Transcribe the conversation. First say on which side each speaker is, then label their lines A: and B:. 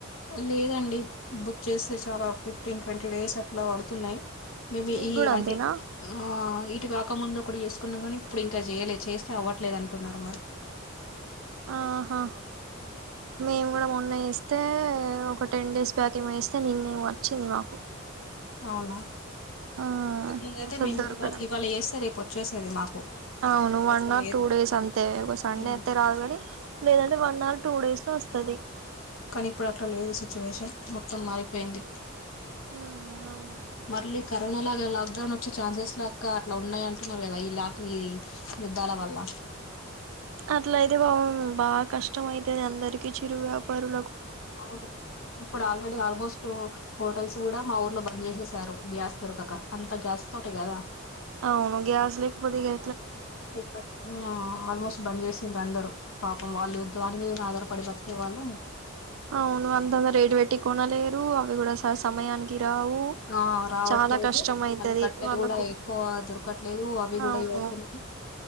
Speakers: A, on the left; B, on the right.
A: లేదండి బుక్ చేస్తే చాలా ఫిఫ్టీన్ ట్వంటీ డేస్ అట్లా పడుతున్నాయి మేబి
B: మీకు
A: ఈ
B: కూడా
A: అంటే
B: అంతేనా
A: ఆ ఇటు కాక ముందు ఒకటి చేసు న్నా కానీ ఇప్పుడు ఇంకా చేయలేదు చేస్తే అవ్వట్లేదు అంటున్నారు మరి
B: ఆహా మేము కూడా మొన్న ఇస్తం తే ఒక టెన్ డేస్ బ్యాక్ ఏమ వేస్తే నిన్నే వచ్చింది మాకు
A: అవునా
B: ఆ
A: ఇంతకు ముందు అయితే
B: అసలు
A: మేము
B: దొరకడం
A: ఇవాళ ఇవాళ చేస్తే రేపు వచ్చేసేది మాకు
B: అవును
A: ఇప్పుడు
B: వన్
A: అట్లా
B: ఆర్
A: లేదు
B: టూ డేస్ అంతే ఒక సండే
A: ఉమ్.
B: అయితే రాదు కానీ లేదంటే వన్ ఆర్ టూ డేస్ లో వస్త ప్పదే
A: కానీ ఇప్పుడు అట్లా లేదు సిచ్యువేషన్ మొత్తం మారిపోయింది
B: ఉమ్ అవును
A: మరలి కరోనా లాగా లాక్డౌన్ వచ్చే ఛాన్సెస్ లాకా అట్లా ఉన్నాయి అంటున్నారు కదా ఈ లాక్ ఈ యుద్ధాల వల్ల
B: అట్లయితే బా బాగా కష్టం అయితది అందరికిీ చిరు వ్యాపారులు
A: అవును ఇప్పుడు ఆల్రెడీ ఆల్మోస్ట్ హోటల్స్ కూడా మా ఊర్లో బంద్ చేసేసారు గ్యాస్ దొరకక అంత గ్యాస్ తోటే కదా
B: అవును గ్యాస లేెకుపోతే గా
A: లోకేట్ ఆల్మోస్ట్ బంద్ చేస్త చేసా అందరు పాపం వాళ్ళు దాని మీద ఆధారపడి బ్రతికేవాళ్ళు
B: అవును అందరు రేడ్ వేటి కోనాల టు అవి కూడా స సమయానికి రావు
A: ఆ రావట్లేదు
B: చాలా కష్టం అయితది
A: మళ్ళీ కట్టెలు
B: వాళ్ళకు
A: కూడా ఎక్కువ దొరకట్లేదు అవి కూడా
B: అవును
A: ఇవుతున్నాయి